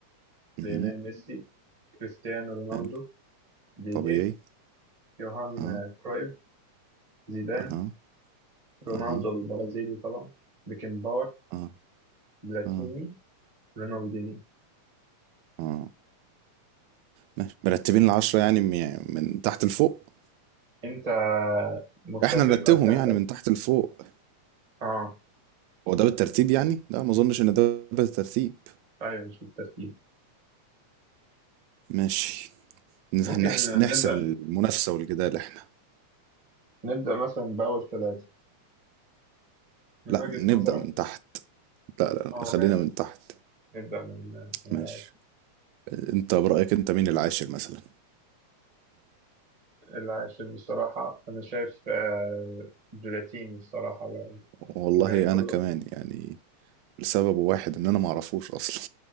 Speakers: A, on the right (about 80°); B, on the right (about 20°).
A: مهم.
B: ليونيل ميسي كريستيانو رونالدو
A: حلو
B: بيليه
A: طبيعي
B: يوهان
A: اه
B: كرويف زيدان
A: اها
B: رونالدو
A: اها
B: البرازيلي طبعا بيكنباور
A: اه
B: بلاتيني
A: اه
B: رونالديني
A: اه ماشي مرتبين العشرة يعني من يعني من تحت لفوق
B: أنت متفق
A: احنا نرتبهم
B: مع الكلام
A: يعني
B: ده؟
A: من تحت لفوق
B: آه
A: هو ده بالترتيب يعني لا ما اظنش ان ده بالترتيب
B: أيوه مش بالترتيب
A: ماشي نحسب
B: ممكن
A: نحسب
B: نبدأ
A: المنافسة والجدال احنا
B: نبدأ مثلا بأول ثلاثة من
A: لا
B: وجهة
A: نبدأ
B: نظرك
A: من تحت لا لا
B: اه
A: خلينا
B: ماشي
A: من تحت
B: نبدأ من من
A: ماشي
B: العاشر
A: انت برأيك انت مين العاشر مثلا
B: العاشر بصراحة أنا شايف آه، بلاتيني بصراحة بقى.
A: والله
B: الباقي كله
A: انا كمان يعني لسبب واحد ان انا ما اعرفوش اصلا